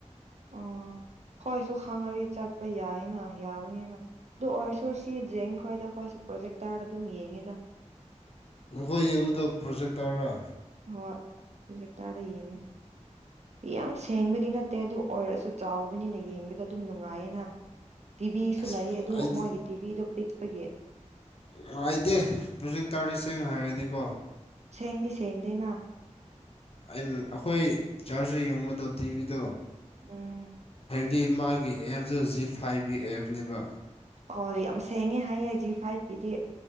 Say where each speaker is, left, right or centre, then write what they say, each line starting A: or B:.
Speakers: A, on the right; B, on the left.
A: ꯑꯣ ꯍꯣꯏꯁꯨ ꯈꯪꯉꯔꯤ ꯆꯠꯄ ꯌꯥꯏꯅ ꯌꯥꯕꯅꯤꯅ ꯑꯗꯨ ꯑꯣꯏꯔꯁꯨ ꯁꯤ ꯖꯦꯡ ꯈꯣꯏꯗ ꯑꯩꯈꯣꯏꯁꯨ ꯄ꯭ꯔꯣꯖꯦꯛꯇꯔꯗ ꯑꯗꯨꯝ ꯌꯦꯡꯉꯦꯗ
B: ꯅꯣꯏ ꯌꯦꯡꯕꯗ ꯄ꯭ꯔꯣꯖꯦꯛ ꯇꯥꯔꯥ
A: ꯍꯣꯏ ꯂꯦꯇꯥꯥꯔ ꯌꯦꯡꯉꯦ꯫ ꯌꯥꯝ ꯁꯦꯡꯕꯗꯤ ꯅꯠꯇꯦ ꯑꯗꯨ ꯑꯣꯏꯔꯁꯨ ꯆꯥꯎꯕꯅꯤꯅ ꯌꯦꯡꯕꯗ ꯑꯗꯨꯝ ꯅꯨꯡꯉꯥꯏꯌꯦꯅ꯫ ꯇꯤꯚꯤꯁꯨ
B: ꯑꯁ
A: ꯂꯩꯌꯦ ꯑꯗꯨ
B: ꯑꯩꯗꯤ
A: ꯃꯣꯏꯒꯤ ꯇꯤꯚꯤꯗꯣ ꯄꯤꯛꯄꯒꯤ
B: ꯅꯨꯡꯉꯥꯏꯇꯦ ꯄ꯭ꯔꯣꯖꯦꯛ ꯇꯥꯔꯁꯦꯡꯅ ꯍꯥꯏꯔꯗꯤꯀꯣ
A: ꯁꯦꯡꯗꯤ ꯁꯦꯡꯗꯦꯅ
B: ꯑꯩꯅ ꯑꯩꯈꯣꯏ ꯆꯥꯔꯖ ꯌꯦꯡꯕꯗꯣ ꯇꯤꯚꯤꯗꯣ
A: ꯎꯝ
B: ꯗꯤ ꯃꯥꯒꯤ ꯑꯦꯞꯇ ꯖꯤ ꯐꯥꯏꯚꯒꯤ ꯑꯦꯞꯅꯦꯕ
A: ꯑꯣ ꯌꯥꯝ ꯁꯦꯡꯉꯦ ꯍꯥꯏꯌꯦ ꯖꯤ ꯐꯥꯏꯚꯀꯤꯗꯤ